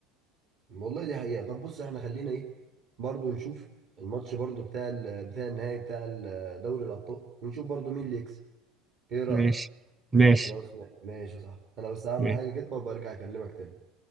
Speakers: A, on the right (about 50°); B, on the right (about 15°).
A: والله دي حقيقة طب بص احنا خلينا ايه برضو نشوف الماتش برضو بتاع ال- بتاع النهائي بتاع ال- دوري الأبطال ونشوف برضو مين اللي يكسب ايه رأيك
B: ماشي ماشي
A: خلاص ما- ماشي صح انا بس هعمل
B: ماشي
A: حاجة كده وبرجع اكلمك تاني